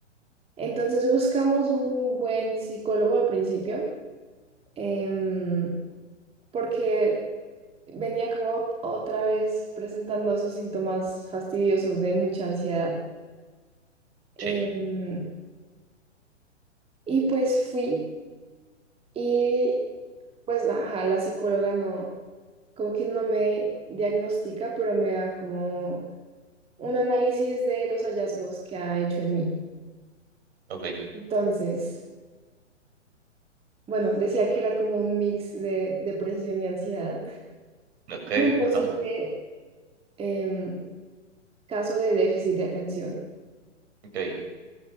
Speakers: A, on the right; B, on the right.
A: Entonces buscamos un buen psicólogo al principio, em, porque venía como otra vez presentando esos síntomas fastidiosos de mucha ansiedad. Em,
B: Sí,
A: y pues fui y pues ajá, la psicóloga no, como que no me diagnostica, pero me da como un análisis de los hallazgos que ha hecho en mí.
B: ok,
A: Entonces, bueno, decía que era como un mix de depresión y ansiedad.
B: ok,
A: Y un posible...
B: ajá,
A: em, caso de déficit de atención.
B: ok,